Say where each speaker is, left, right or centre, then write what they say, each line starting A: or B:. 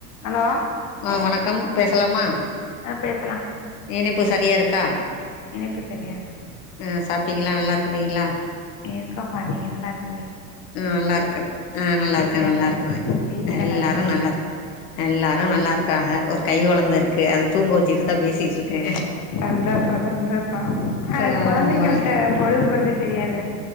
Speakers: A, on the left; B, on the left.
A: Hello.
B: ஆஹ வணக்கம், பேசலாமா?
A: பே
B: இனைப்பு சரியா இருக்கா?
A: இணைப்பு சரியா இருக்குதுங்க
B: ஆஹ் சாப்பிட்டீங்களா நல்லா இருக் குரிங்கலா
A: இருக்கப்பா, நீங்க நல்லா இருக்கி
B: நல்லா இருக்கறேன். ஆஹ் நல்லா
A: வீட்ல
B: நல்லா
A: எல்லாரு
B: இருக்க.
A: வீட்ல
B: எல்லாரும்
A: எல்லாரு இருக்காங்களா
B: நல்லா இருகரன் எல்லாரும் நல்லா இரு இருக்காக. ஒரு கை ந்தருக்கு அத தூங்க வச்சிக்ட்டுதா பேசிட்டுருக்கே
A: சந்தோஷோ சந்தோஷோ ஆ
B: ஆமா
A: கொழந்தைங்கள்ட்ட பொழுது போறதே தெரியாது.